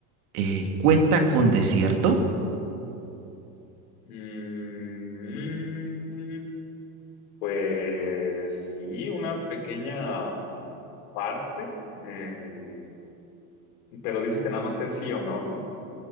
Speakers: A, on the right (about 75°); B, on the left (about 70°).
A: eh, cuenta con desierto?
B: Mm, pues sí, una pequeña parte, eh, pero dices que nada más es sí o no, ¿no?